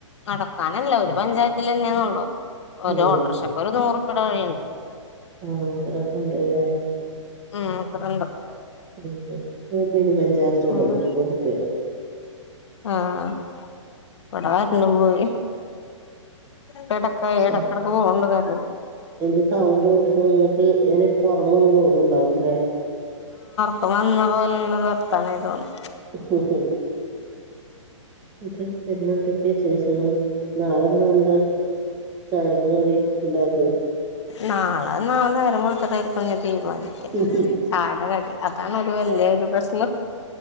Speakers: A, on the left; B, on the right.
A: നടക്കാനല്ല ഒരു പഞ്ചായത്തില്ലന്നെയൊള്ളു ഒരോട്ടൊറക്ഷക്കൊരു
B: ഉം
A: നൂറുപ്യയുടെ വഴിയുണ്ട്
B: ആഹ് അത്രക്കെണ്ട് ല്ലേ
A: ആഹ് അത്രണ്ട്
B: <unintelligible> എ മിനിമം ചാർജെള്ളു
A: ഉം
B: മുപ്പറുപ്യ
A: ആഹ് വട കറന്റും പോയി വടൊക്കെ
B: ശരി
A: എടക്കെടക്ക് പോവ്ണ്ട് കറൻറ്
B: എന്റെ സൗണ്ട് കേട്ടിട്ട് നിങ്ങക്ക് ഞാനിപ്പൊറങ്ങുന്നു തോന്നുണ്ടാവുല്ലേ?
A: പ്പം വന്ന പോലെയുള്ളൊരു വർത്താനായി തോന്നി.
B: ഉഹുഹു ന്നിട്ട് പിന്നെന്തൊക്കെ ശ് ശേഷങ്ങള്? നാളെന്താ ന്താ ച് ചായക്ക് കടി ണ്ടാക്ക?
A: നാള നാളെ നേരം വെള്ളുത്തിട്ടായിരിക്കും ഞാൻ തീരുമാനിക്ക
B: ആ
A: ചായടെ കടി അതാണ് ഒരു വല്ല്യേ ഒരു പ്രശ്നം